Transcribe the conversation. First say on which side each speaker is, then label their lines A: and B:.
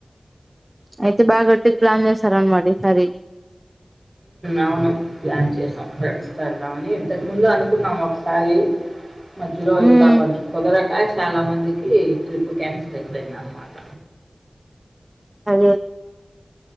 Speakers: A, on the right (about 25°); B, on the right (about 40°).
A: అయితే బాగా గట్టి ప్లాన్ చేస్తారు అనమా సర
B: అవును ప్లాన్ చేసాం ఫ్రెండ్స్తో వెళ్ళామని ఇంతకు ముందు అనుకున్నాం ఒకసారి మధ్యలో
A: హ్మ్
B: ఇంకా కొంచెం కుదరకా చాలా మందికి ట్రిప్ క్యాన్సిల్ అయిపోయినన్న మాత
A: అ